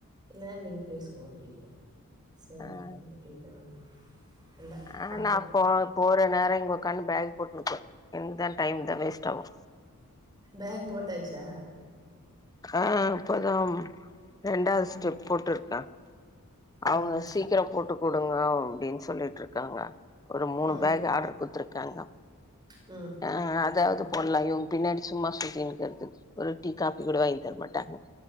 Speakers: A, on the right; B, on the left.
A: இல்லனா நீங் பேசுங்கோ அப்டின்னாங்க சரி
B: ஆ
A: அப்டின்னாங்க இல்ல
B: அ
A: பாக்கணு
B: நா போ போற நேர இங் உக்கான்னு பேக்கு போட்டுனுக்கு என்க்கு தா டைம் தா வேஸ்ட் ஆவு
A: ஃபேகு போட்டச்சா
B: அ அ இப்பதா ரெண்டாவ்து
A: ம்
B: ஸ்டெப் போட்ருக்க அவுங்க
A: ம்
B: சீக்கர போட்டு குடுங்க அப்டின் சொல்லிட்ருக்காங்க ஒரு மூணு
A: ம்
B: ஃபேக் ஆட்ரு குத்துருக்காங்க
A: ம்
B: அ அதாவ்து
A: ம்
B: போடலா இவுங் பின்னாடி சும்மா சுத்தின் இக்கற்துக் ஒரு டீ காப்பி கூட வாங் தரமாட்டாங்க